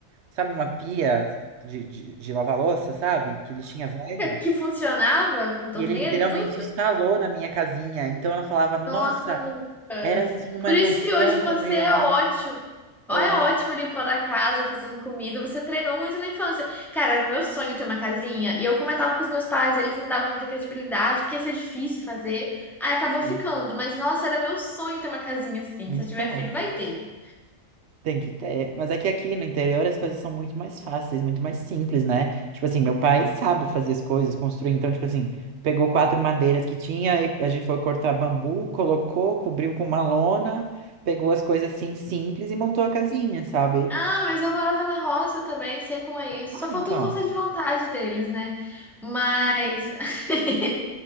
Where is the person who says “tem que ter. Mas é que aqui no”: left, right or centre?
Right